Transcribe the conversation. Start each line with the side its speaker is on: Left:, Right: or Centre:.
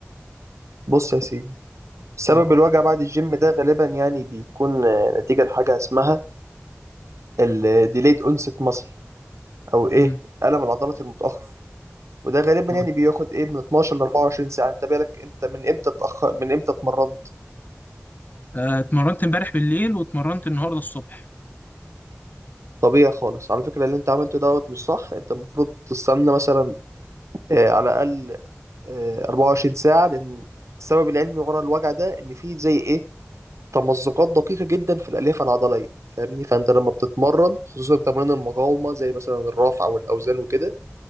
Right: بص يا سيدي سبب
Left: مم.
Right: الوجع بعد الجيم ده غالبا يعني بيكون آه، نتيجة لحاجة اسمها ال delayed onset muscle أو إيه
Left: مم.
Right: ألم العضلات المتأخر وده غالبا
Left: آه.
Right: يعني بياخد إيه من 12 ل 24 ساعة أنت بالك أنت من إمتى اتأخر من إمتى اتمرنت
Left: آه، اتمرنت امبارح بالليل واتمرنت النهارده الصبح
Right: طبيعي خالص على فكرة اللي أنت عملته دوت مش صح أنت المفروض تستنى مثلا آه، على الأقل آه، 24 ساعة لأن السبب العلمي ورا الوجع ده إن فيه زي إيه تمزقات دقيقة جدا في الألياف العضلية فاهمني فأنت لما بتتمرن خصوصا تمارين المقاومة زي مثلا الرفع والأوزان وكده